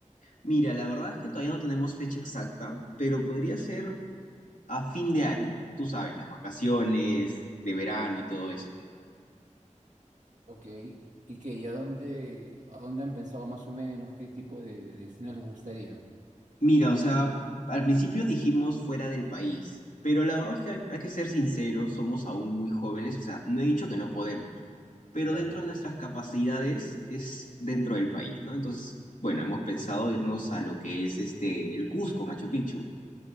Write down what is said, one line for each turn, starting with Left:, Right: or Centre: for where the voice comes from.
Left: Mira, la verdad es que todavía no tenemos fecha exacta, pero podría ser a fin de año, tú sabes, las vacaciones de verano y todo eso, ¿no?
Right: Ok. ¿Y qué? ¿Y a dónde, a dónde han pensado más o menos qué tipo de, de destino les gustaría?
Left: Mira, o sea, al principio dijimos fuera del país, pero la verdad es que hay, hay que ser sinceros, somos aún muy jóvenes, o sea, no he dicho que no podemos, pero
Right: Ya.
Left: dentro de nuestras capacidades es dentro del país, ¿no? Entonces, bueno, hemos pensado irnos a lo que es este, el Cusco, Machu Picchu.